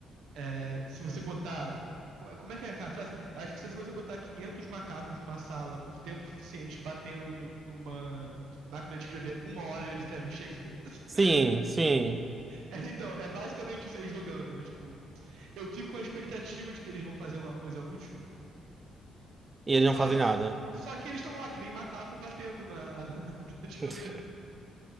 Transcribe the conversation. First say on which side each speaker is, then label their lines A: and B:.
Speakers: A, on the right; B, on the right.
A: É, se você botar. Como é como é que é aquela frase? Eu acho que se você botar 500 macacos numa sala por tempo suficiente batendo no- numa máquina de escrever, uma hora eles escrevem Shakespeare. <laughs>
B: Sim, sim.
A: É, então, é basicamente isso aí jogando. É tipo, eu fico com a expectativa de que eles vão fazer alguma coisa útil,
B: E eles
A: só
B: não fazem
A: que.
B: nada.
A: Só que eles estão lá, que nem macaco batendo na, <laughs> na máquina de escrever.
B: <laughs>